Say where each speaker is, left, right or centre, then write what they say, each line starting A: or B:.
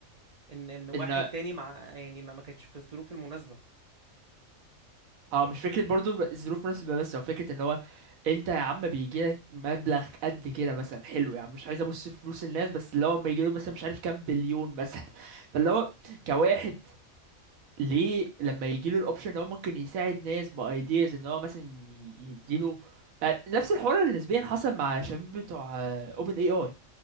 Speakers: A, on the right; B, on the right.
A: ان ان واحد
B: ان
A: تاني مع يعني ما ما كانش في الظروف المناسبة
B: اه مش فكره برضو الظروف مناسبه بس او فكره ان هو انت يا عم بيجي لك مبلغ قد كده مثلا حلو يعني مش عايز ابص في فلوس الناس بس اللي هو لما يجي له مثلا مش عارف كام بليون مثلا <laughs> فاللي هو كواحد ليه لما يجيله الاوبشن ان هو ممكن يساعد ناس بايدياز ان هو مثلا ي- يديله آه، نفس الحوار اللي نسبيا حصل مع شباب بتوع اوبن اي اي